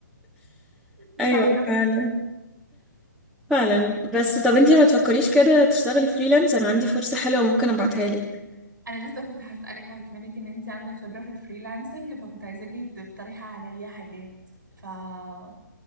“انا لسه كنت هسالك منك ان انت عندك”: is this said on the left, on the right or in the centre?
Right